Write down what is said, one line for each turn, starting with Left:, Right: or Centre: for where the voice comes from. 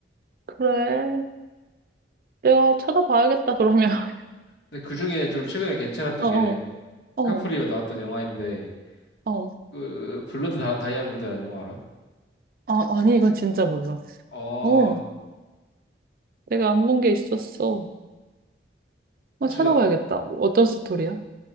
Right: 그래. 내가 찾아봐야겠다, 그러면. <laughs>
Left: 근데 그중에 좀 최근에 괜찮았던
Right: 어,
Left: 게
Right: 어, 어,
Left: 카프리오 나왔던 영화인데
Right: 어.
Left: 그 블러드 다, 다이아몬드라는 영화 알아?
Right: 아, 아니, 이건 진짜 몰라.
Left: 어
Right: 어. 내가 안 본 게 있었어. 어,
Left: 사실
Right: 찾아봐야겠다.
Left: 나,
Right: 뭐 어떤 스토리야?